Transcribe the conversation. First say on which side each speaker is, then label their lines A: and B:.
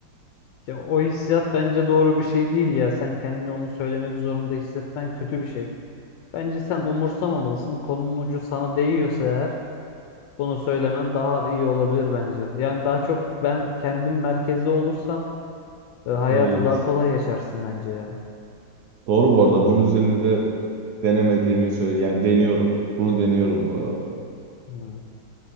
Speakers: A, on the left (about 75°); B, on the right (about 65°).
A: ya o hissiyat bence doğru bir şey değil ya. Sen kendini onu söylemek zorunda hissetmen kötü bir şey. Bence sen umursamamalısın. Konunun ucu sana değiyorsa eğer Bunu söylemen daha iyi olabilir bence. Yani daha çok ben kendim merkezde olursan e, hayatı
B: Evet.
A: daha kolay yaşarsın bence ya.
B: Doğru bu arada. Bunun üzerine de denemediğimi söyle. Yani deniyorum. Bunu deniyorum bu aralar.
A: Hı.